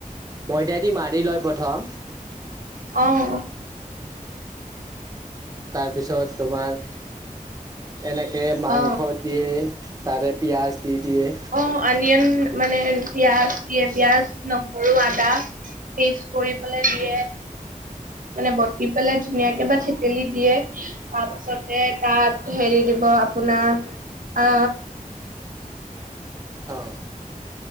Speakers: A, on the right; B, on the right.
A: ময়দা দি মাৰি লয় প্ৰথম
B: অ'
A: তাৰপিছত তোমাৰ এনেকে মাংস
B: অ
A: দিয়ে তাৰে পিয়াঁজ দি দিয়ে
B: অ অনিয়ন মানে পিয়াঁজ দিয়ে পিয়াঁজ নহৰু আদা পিচ কৰিপেলাই দিয়ে মানে বটি পেলাই ধুনীয়াকে বা থেতেলি দিয়ে তাৰপাছতে তাত হেৰি দিব আপোনাৰ আ
A: অ'